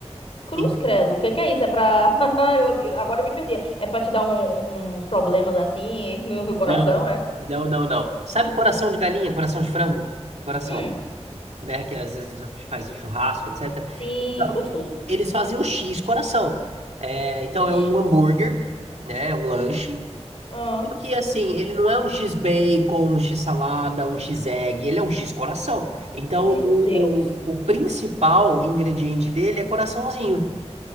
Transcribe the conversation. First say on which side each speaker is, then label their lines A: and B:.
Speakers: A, on the left (about 55°); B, on the right (about 70°).
A: Cruz
B: E-
A: credo, o que que é isso? É pra. <laughs> Eu, eu- agora eu me perdi. É pra te dar um- um- uns problemas assim <laughs> no, no coração,
B: Não,
A: é?
B: não, não, não. Sabe coração de galinha, coração de frango? Coração.
A: Hum.
B: né? Que às vezes faz em churrasco, etc.
A: Sim,
B: Então,
A: gostoso.
B: eles fazem o X coração. É, então
A: Ux,
B: é um hambúrguer, né? É um lanche.
A: ah,
B: Que assim, ele não é um X bacon, um X salada, um X egg, ele é um X coração. Então
A: meu
B: o,
A: Deus.
B: o, o principal ingrediente dele é coraçãozinho.